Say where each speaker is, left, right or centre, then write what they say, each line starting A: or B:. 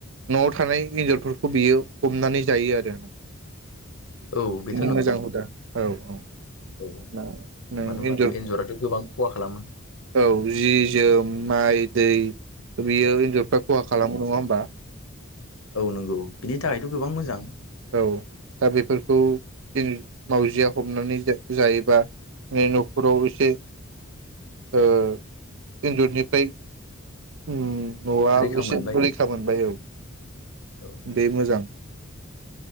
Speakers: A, on the right; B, on the left.
A: न'आव थानाय एन्जरफोरखौ बियो हमनानै जायो आरो
B: औ बे
A: मोजां हुदा औ औ
B: औ
A: नों
B: मानो होनबाथ'
A: एन्जर
B: एन्जराथ' गोबां खहा खालामो
A: औ जि जोम माइ दै बियो एनजर फ्राय खहा खालामो नङा होनोमबा
B: औ नो नंगौ बिनि थाखायथ' गोबां मोजां
A: औ दा बेफोरखौ ओ मावजिया हमनानै जायोबा बे न'खराव एसे ओ एन्जरनिफ्राय उम न'आ
B: रैखा
A: बेसे
B: मोनबाय
A: रैखा मोनबाय औ
B: औ
A: बे मोजां